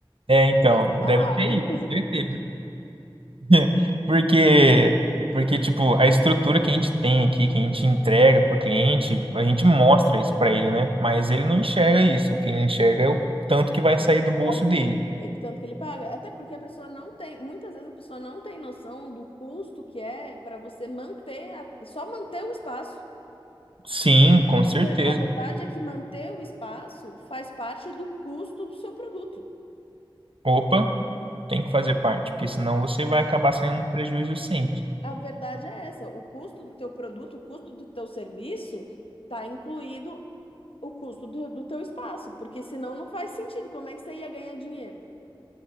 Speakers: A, on the right (about 75°); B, on the left (about 80°).
A: É, então,
B: ele sai barato.
A: deve ser isso, certeza. <laughs> Porque, porque, tipo, a estrutura que a gente tem aqui, que a gente entrega pro cliente, a gente mostra isso pra ele, né? Mas ele não enxerga isso. O que ele enxerga é o tanto que vai sair do bolso
B: É o tanto
A: dele.
B: que, é que tanto que ele paga. Até porque a pessoa não tem, muitas vezes a pessoa não tem noção do custo que é para você manter, a- só manter o espaço.
A: Sim, com
B: Porque
A: certeza.
B: a verdade é que manter o espaço faz parte do custo do seu produto.
A: Opa, tem que fazer parte, porque senão você vai acabar saindo no prejuízo sempre.
B: A verdade é essa, o custo do teu produto, o custo do teu serviço está incluído o custo do, do teu espaço, porque senão não faz sentido. Como é que você ia ganhar dinheiro,